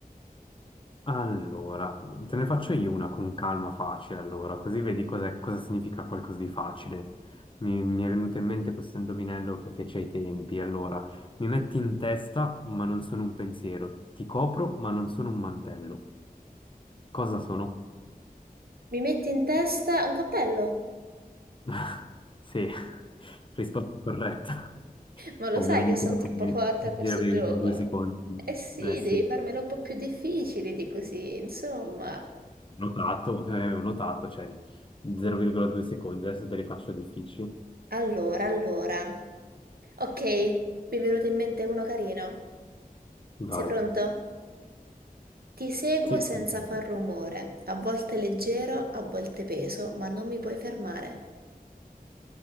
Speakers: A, on the left; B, on the right.
A: Allora, te ne faccio io una con calma facile, allora, così vedi cos'è- cosa significa qualcosa di facile. Mi, mi è venuto in mente questo indovinello che fece ai tempi. Allora, mi metti in testa, ma non sono un pensiero. Ti copro, ma non sono un mantello. Cosa sono?
B: Mi metti in testa un cappello?
A: <laughs> Sì, risposta corretta.
B: Ma lo
A: Ovviamente
B: sai che sono
A: dopo
B: troppo
A: mi
B: forte
A: mi
B: a questo
A: avevi
B: gioco?
A: due secondi.
B: Eh sì,
A: Eh sì,
B: devi farmelo un po' più difficile di così, insomma.
A: notato, <laughs> eh, ho notato, cioè 0,2 secondi. Adesso te li faccio difficili.
B: Allora, allora. Ok, mi è venuto in mente uno carino.
A: Vai.
B: Sei pronto? Ti seguo
A: Sì,
B: senza
A: sì,
B: far rumore, a volte leggero, a volte peso, ma non mi puoi fermare.